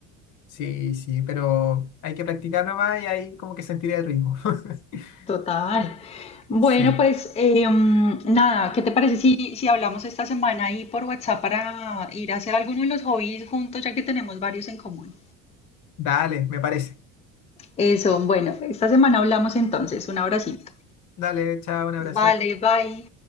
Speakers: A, on the left; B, on the left.
A: Sí, sí, pero hay que practicar nomás y ahí como que sentiré el ritmo. <laughs>
B: Total. Bueno,
A: Sí,
B: pues eh, mm, nada, ¿qué te parece si, si hablamos esta semana ahí por WhatsApp para ir a hacer alguno de los hobbies juntos, ya que tenemos varios en común?
A: dale, me parece.
B: Eso, bueno, esta semana hablamos entonces. Un abracito.
A: Dale, chao, un abrazo.
B: Vale, bye.